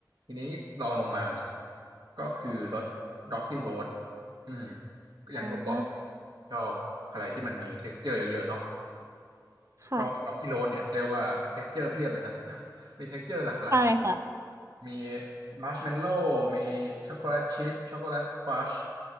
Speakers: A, on the right (about 70°); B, on the right (about 40°).
A: ทีนี้ลองลงมาเนี่ยก็คือรส Rocky Road อืมอย่างที่ผมบอก
B: อ่า
A: ชอบอะไรที่มันมี texture เยอะๆเนาะ
B: ค่ะ
A: ก็ Rocky Road เนี่ยเรียกว่า texture เพียบเลยนะ <laughs> มี texture หลากหลาย
B: ใช่ค่ะ
A: มีมัชเมลโล่มีช็อกโกแลตชิพช็อกโกแลตฟัช